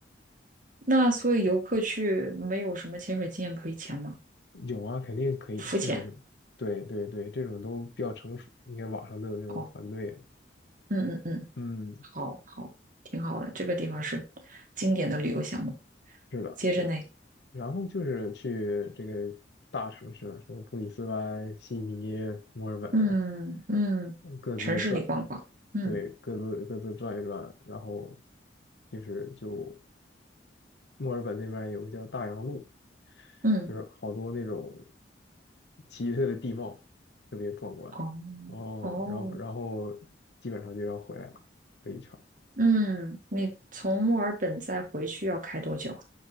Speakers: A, on the right; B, on the left.
A: 那所以游客去没有什么潜水经验可以潜吗？
B: 有啊，肯定可以，
A: 浮潜。
B: 这种，对对对，这种都比较成熟，你看网上都有那种团队啊，
A: 哦，嗯嗯嗯。
B: 嗯，
A: 好好，挺好的。这个地方是经典的旅游项目。
B: 是的，
A: 接着呢，
B: 是的，然后就是去这个大城市了，什么布里斯班、悉尼、墨尔本，
A: 嗯嗯，
B: 嗯各自转，
A: 城市里逛逛，嗯
B: 对，各自各自转一转，然后就是就墨尔本那边有个叫大洋路，
A: 嗯，
B: 就是好多那种奇特的地貌，特别壮观。
A: 哦
B: 哦，
A: 哦，
B: 然后然后基本上就要回来了，这一圈儿
A: 嗯，你从墨尔本再回去要开多久